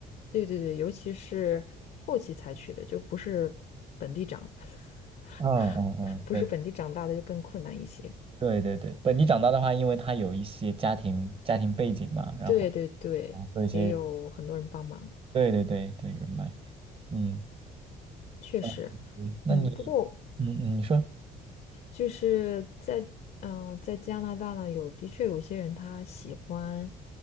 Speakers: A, on the left; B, on the right.
A: 对对对，尤其是后期采取的，就不是本地长，<laughs>
B: 嗯嗯嗯，
A: 不是本地长大的就更困难一些。
B: 对对对对，本地长大的话，因为他有一些家庭家庭背景嘛，然后
A: 对对对，
B: 和一些
A: 也有很多人帮忙，
B: 对对对对人脉，嗯，
A: 确实，
B: 嗯对那你，
A: 嗯，不过
B: 嗯嗯，你说
A: 就是在嗯、呃在加拿大呢，有的确有些人他喜欢